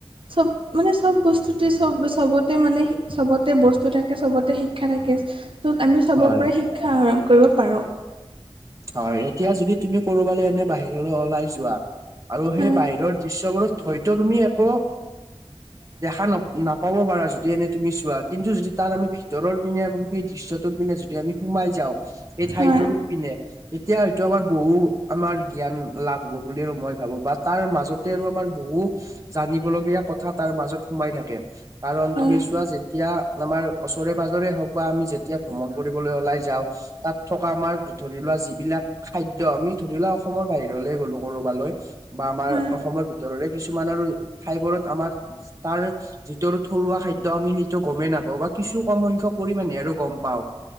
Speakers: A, on the right; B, on the right.
A: চব মানে চব বস্তুতে চব চবতে মানে সি চবতে বস্তু থাকে, চবতে শিক্ষা থাকে ত'ত আমি চবৰ
B: হয়
A: পৰাই শিক্ষা আহৰন কৰিব পাৰোঁ।
B: হয় এতিয়া যদি তুমি কৰবালৈ এনে বাহিৰলৈ ওলাই যোৱা আৰু
A: হয়
B: সেই বাহিৰৰ দৃশ্যবোৰত ধয়তো তুমি আকৌ
A: <inaudible>
B: দেখা ন নাপাব পাৰা যদি এনেই তুমি চোৱা কিন্তু যদি তাত আমি ভিতৰৰ পিনে আপুনি সেই দৃশ্যটোৰ পিনে যি টি আমি সোমাই যাওঁ, এই ঠাইটোৰ
A: হয়
B: পিনে এতিয়া হয়তো আমাৰ বহু আমাৰ জ্ঞান লাভ হ'ব বুলি আৰু মই ভাবো বা তাৰ মাজত তে আৰু আমাৰ বহু জানিবলগীয়া কথা তাৰ মাজত সোমাই থাকে কাৰণ
A: হয়
B: তুমি চোৱা যে তিয়া আমাৰ ওচৰে - পাজৰে হওক বা আমি যেতিয়া ভ্ৰমণ কৰিবলৈ ওলাই যাওঁ তাত থকা আমাৰ ধৰি লোৱা যি বিলাক খাদ্য আমি ধৰি লোৱা অসমৰ বাহিৰলে গ'লো কৰবালৈ বা আমাৰ
A: হয়
B: অসমৰ ভিতৰৰে কিছুমান আৰু ঠাইবোৰত আমাৰ যি তাৰ যিটো আৰু থলুৱা খাদ্য আমি সেইটো গমেই নাপাওঁ বা কিছু কম সংখ্যক পৰিমাণে আৰু গম পাও।